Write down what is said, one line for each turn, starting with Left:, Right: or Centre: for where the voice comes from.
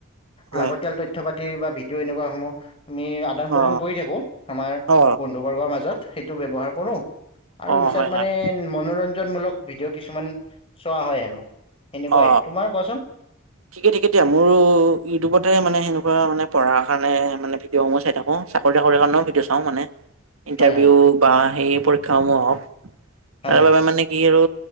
Right: হয়
Left: লাগতিয়াল তথ্য তথ্য পাতি বা ভিডিঅ' এনেকুৱা সমূহ আমি আদান প্ৰদান
Right: অ
Left: কৰি থাকো আমাৰ
Right: অ
Left: বন <unintelligible> বৰ্গৰ মাজত সেইটো ব্যৱহাৰ কৰো আৰু
Right: অ
Left: ইনষ্টাত
Right: হয়
Left: মানে
Right: হয়
Left: মনোৰঞ্জনমূলক ভিডিঅ কিছুমান চোৱা হয় আৰু সেনেকুৱাই,
Right: অ
Left: তোমাৰ কোৱাচোন?
Right: ঠিকে ঠিকে এ দিয়া, মোৰো ইউটিউবতে মানে সেনেকুৱা মানে পঢ়াৰ কাৰণে মানে ভি ডিডিঅ' সমুহ চাই থাকো চাকৰি চাকৰি কাৰণেও ভিডিঅ' চাও মানে। ইণ্টাৰভিউ
Left: হয় হয়
Right: বা সেই পৰীক্ষা সমূহ হওক,
Left: হয়
Right: তাৰ
Left: হয়।
Right: বাবে মানে কি কি আৰু